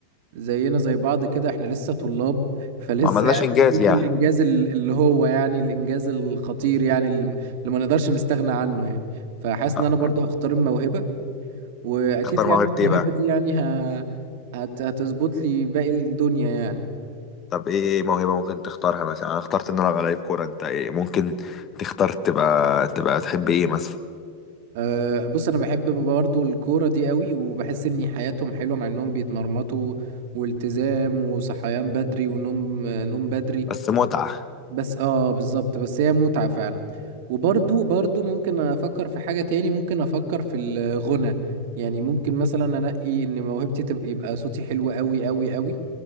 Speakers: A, on the right (about 50°); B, on the left (about 30°).
A: زينا زي بعض كده احنا لسه طلاب فلسه
B: ما عملناش
A: يعني
B: انجاز
A: مفيش
B: يعني
A: الانجاز ال- اللي هو يعني الانجاز الخطير يعني اللي م- اللي ما نقدرش نستغنى عنه يعني فحاسس
B: آه،
A: ان انا برضو هختار الموهبة واكيد
B: اختار
A: يعني
B: موهبة
A: الموهبة
B: ايه بقى
A: دي يعني ه... هت... هتظبط لي باقي الدنيا يعني
B: طب ايه موهبة ممكن تختارها مثلا انا اخترت ان انا العب لعيب كورة انت ايه ممكن تختار تبقى تبقى تحب ايه مثلا
A: أه بص انا بحب برضو الكورة دي قوي وبحس ان حياتهم حلوة مع انهم بيتمرمطوا والتزام وصحيان بدري ونوم نوم بدري
B: بس متعة
A: بس اه بالظبط بس هي متعة فعلا وبرضو برضو ممكن افكر في حاجة تاني ممكن افكر في الغنى يعني ممكن مثلا انقي ان موهبتي تبقى يبقى صوتي حلو قوي قوي قوي